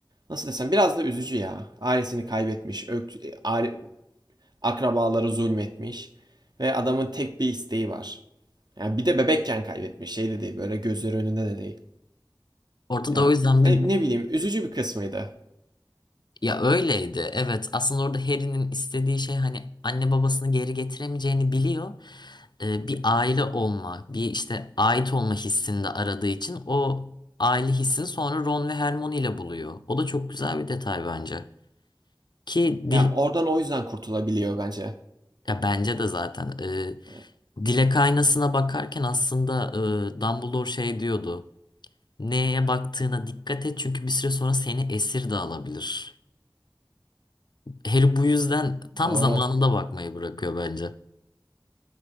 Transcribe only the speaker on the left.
Ortada
o yüzden bir
Ya öyleydi. Evet. Aslında orada Harry'nin istediği şey hani anne babasını geri getiremeyeceğini biliyor. Ee, bir aile olma, bir işte ait olma hissini de aradığı için o aile hissini sonra Ron ve Hermione ile buluyor. O da çok güzel bir detay bence. Ki
dil
ya bence de zaten e,
Dilek aynasına bakarken aslında e, Dumbledore şey diyordu. Neye baktığına dikkat et çünkü bir süre sonra seni esir de alabilir. Harry bu yüzden tam
zamanında bakmayı bırakıyor bence.